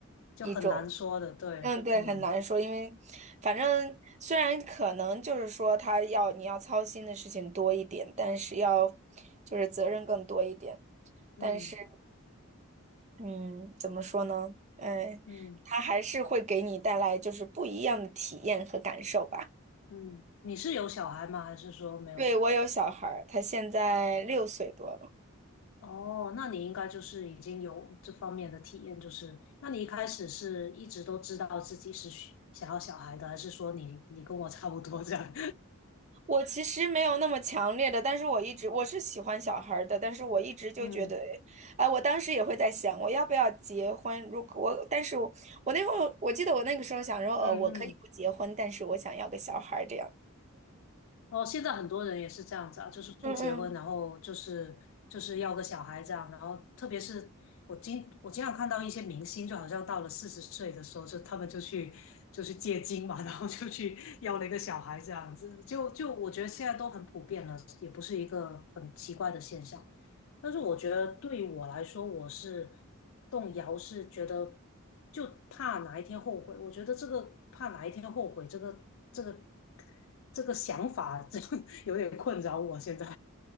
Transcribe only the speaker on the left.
就很难说的，
对，
嗯
嗯
嗯
嗯，你是有小孩吗？还是说没有？
哦，那你应该就是已经有这方面的体验，就是那你一开始是一直都知道自己是需想要小孩的，还是说你你跟我差不多这样？
<laughs> 嗯
嗯嗯
哦，现在很多人也是这样子啊，就是不结婚，
然后就是就是要个小孩这样，然后特别是我经我经常看到一些明星，就好像到了四十岁的时候，就他们就去就去借精嘛，<laughs> 然后就去要了一个小孩这样子，就就我觉得现在都很普遍了，也不是一个很奇怪的现象。但是我觉得对于我来说，我是动摇，是觉得就怕哪一天后悔。我觉得这个怕哪一天后悔，这个这个这个想法，<laughs> 这有点困扰我现在。